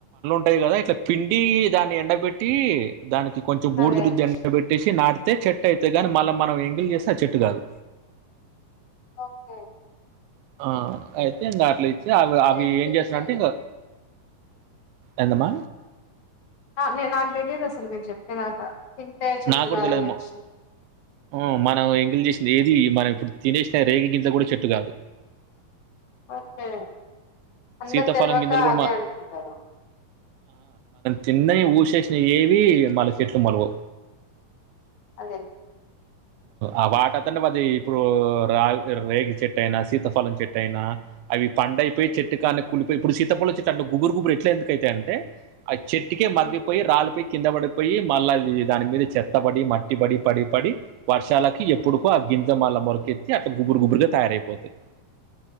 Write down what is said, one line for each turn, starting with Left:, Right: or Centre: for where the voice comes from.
Right: టది కదా ఇట్ల పిండి దాన్ని ఎండక్ బెట్టి దానికి కొంచెం బూడిద
Left: అదే
Right: రుద్ది
Left: అదే.
Right: ఎండక్ పెట్టేసి నాటితే చెట్ చటె అయితే గానీ మళ్ళా మనం ఎంగిలు చేస్తే అది చెట్టు కాదు.
Left: ఓకే
Right: ఆ అయితే ఇంగ అట్లా ఇచ్చి అవ్
Left: నేను
Right: అవి
Left: ఎప్పుడు
Right: ఏం
Left: ఇంతే
Right: చేసినంటే ఇంగ ఏంటమ్మ
Left: నే నాకు తెలీయదసలు మీరు చెప్పేదాకా తింటే చెట్టు
Right: నా కూడా
Left: కాదనే
Right: తెలిదమ్మో,
Left: విషయం
Right: ఉమ్ మనం ఇంగ్లీష్ ఏది మనం ఇప్పుడు తినేసిన రేగి గింజ కూడా చెట్టు కాదు.
Left: ఓకే అందర్
Right: సీతాఫలం
Left: తెల్వకా
Right: గింజలు కూడా
Left: అదే
Right: మా-
Left: అనుకుంటారు
Right: తిన్నయి ఊసేసినయేవి మళ్ళ చెట్లు మొలువవు.
Left: అదే
Right: ఆ వాటతంటే వది ఇప్పుడు రా రేగి చెట్టు అయినా, సీతఫలం చెట్టు అయినా, అవి పండైపోయి
Left: ఉమ్
Right: చెట్టు కాన్నే కుల్ ఇప్పుడు సీతాఫలం చెట్టు అంటే గుబరు గుబరు ఇట్లా ఎందుకైతయంటే అయి చెట్టుకే మగ్గిపోయి,
Left: ఉమ్
Right: రాలిపోయి, కింద పడిపోయి మళ్ళ అవి దాని మీద చెత్ త, మట్టిబడి, పడి పడి వర్షాలకి ఎప్పుడుకో ఆ గింత వాళ్ళ మొరకెత్తి అక్ గుబ్బురు గుబ్బురుగా తయారైపోతయి,